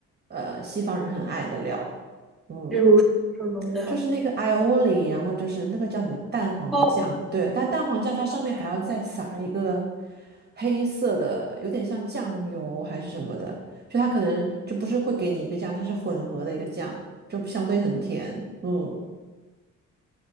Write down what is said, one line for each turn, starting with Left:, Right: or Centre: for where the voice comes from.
Right: 呃西方人很爱的料。嗯，
Centre: 比如说什么料，
Right: 就是那个 i o l i 然后就是那个叫什么蛋黄酱，
Centre: 哦，
Right: 对，但蛋黄酱它上面还要再撒一个黑色的，有点像酱油还是什么的，就它可能就不是会给你一个酱，它是混合的一个酱，就相对很甜，嗯，